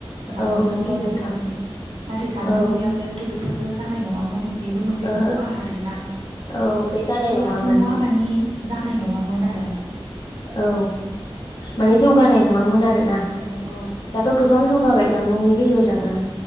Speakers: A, on the right (about 80°); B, on the left (about 50°).
A: जानबुंनि
B: औ नोंगौ
A: गेजेरजोंनो
B: नोंथां
A: नाथाय जानबुं
B: औ
A: गैयाब्लाथ' बेफोरो जानाय नङामोन बेबो मोनसे
B: ओहो
A: खहा आरोना
B: औ बे जानाय
A: खहाथ'
B: नङामोन
A: नङा मानि जानाय नङामोन आरो
B: औ माने जौगानाय नङामोन आरोना
A: औ औ
B: दाथ' गोबां जौगाबाय जामबुंनि गेजेरजोंनो